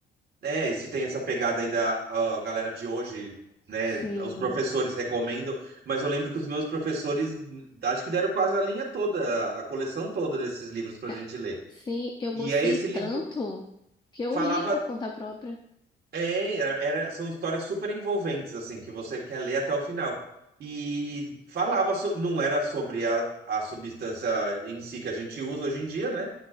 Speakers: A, on the right; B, on the left.
A: É, e se tem essa pegada ainda a galera de hoje, né?
B: Sim.
A: Os professores recomendam, mas eu lembro que os meus professores hum, acho que deram quase a linha toda, a coleção toda desses livros pra
B: Ca-
A: gente ler.
B: Sim, eu gostei
A: E aí esse livro
B: tanto que eu
A: falava,
B: li por conta própria.
A: é, é, era, são histórias super envolventes, assim, que você quer ler até o final. E falava, so- não era sobre a, a substância em si que a gente usa hoje em dia, né?